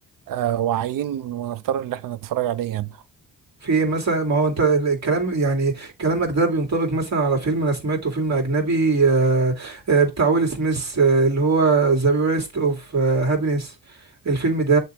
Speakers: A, on the right; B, on the right.
A: آه، واعيين ونختار اللي احنا نتفرج عليه يعني
B: في إيه مثلا ما هو انت الكلام يعني كلامك ده بينطبق مثلا على فيلم انا سمعته فيلم اجنبي آه، آه، بتاع ويل سميث آه، اللي هو ذا بيرست اوف هابينس الفيلم ده